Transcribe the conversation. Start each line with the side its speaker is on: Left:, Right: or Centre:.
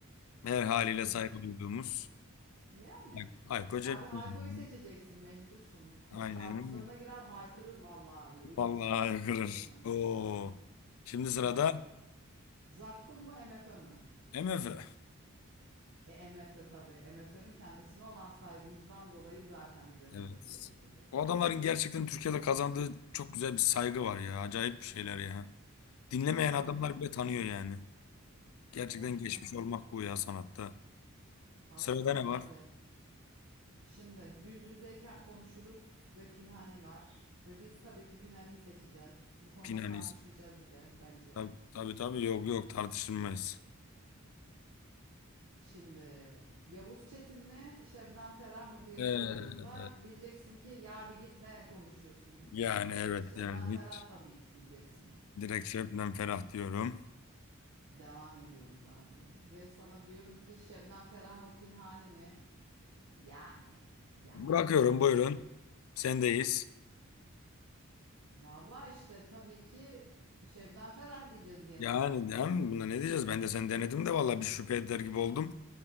Left: Her haliyle
Right: Kim
Left: saygı
Right: belli?
Left: duyduğumuz.
Right: Yani.
Left: Bak, Ayko
Right: Ya
Left: Cepkin.
Right: Abi Hayko'yu seçeceksin mecbursun. Ka-
Left: Aynen
Right: kabuslarına
Left: öyle.
Right: girer haykırır vallahi ölürsün
Left: Vallahi kırır.
Right: korkudan.
Left: Oo. Şimdi sırada
Right: Tamam. Zakkum mu MFÖ mü?
Left: MF.
Right: E MFÖ tabii. MFÖ'nün kendisine olan saygımızdan dolayı zaten biz MFÖ
Left: Evet.
Right: diye seçeceğiz.
Left: O adamların gerçekten Türkiye'de kazandığı çok güzel bir saygı var ya. Acayip bir şeyler ya. Dinlemeyen
Right: Tabii
Left: adamlar
Right: ya.
Left: bile tanıyor yani. Gerçekten
Right: Tabii
Left: geçmiş
Right: canım.
Left: olmak bu ya sanatta.
Right: Hakikaten
Left: Sırada ne var?
Right: öyle. Şimdi yüz yüzeyken konuşuruz ve Pinhani var. Ve biz tabii ki Pinhani'yi seçeceğiz. Bu konuda
Left: Pinanis.
Right: tartışmayacağız bir de bence.
Left: Tabii tabii, tabii. yok yok tartışılmaz.
Right: Şimdi Yavuz Çetin mi Şebnem Ferah mı diye
Left: Ee,
Right: sorduğumda diyeceksin ki ya bir git ne konuşuyorsun
Left: yani
Right: işte
Left: evet
Right: Şebnem
Left: yani
Right: Ferah
Left: hiç
Right: tabii ki diyeceksin.
Left: direkt şebnem ferah diyorum.
Right: Devam ediyoruz abi ve sana diyorum ki Şebnem Ferah mı Pinhani mi? Yani yani.
Left: Bırakıyorum buyurun.
Right: Ne diyeceğim?
Left: Sendeyiz.
Right: Vallahi işte tabii ki Şebnem Ferah diyeceğiz gene.
Left: Yani değil mi? Buna ne diyeceğiz? Ben de sen denedim de vallahi bir şüphe eder gibi oldum.